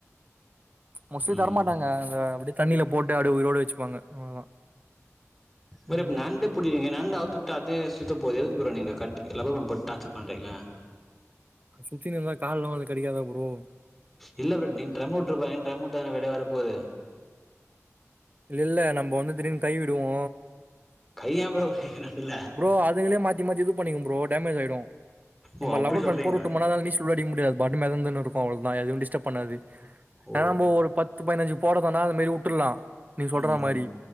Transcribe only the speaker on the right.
மோஸ்ட்லி
தரமாட்டாங்க அத அப்டியே தண்ணில போட்டு அப்டியே உயிரோடு வெச்சுப்பாங்க அவ்ளோதா
ம்
சுத்தினே இருந்தா கால் எல்லா வந்து கடிக்காத ப்ரோ
இல்ல நம்ம வந்து திடீர்னு கை விடுவோ
ப்ரோ அது எதுலயே மாத்தி மாத்தி இது பண்ணிங்க ப்ரோ டேமேஜ் ஆயிடு நிம்ம
லப்பர்
பேண்ட் போட்டு விட்டோமன்னா அது ரிலிஸ் முடிக்க முடியாது அது வாட்டிக்கி மெதட்ன்னு இருக்கு அவ்ளோதா எதுவு டிஸ்டர்ப் பண்ணாது
ஆ போ பத்து பதினஞ்சு போட சொன்ன அது அந்த மாரி உட்டுற்லா நீங்க சொல்ற
மாரி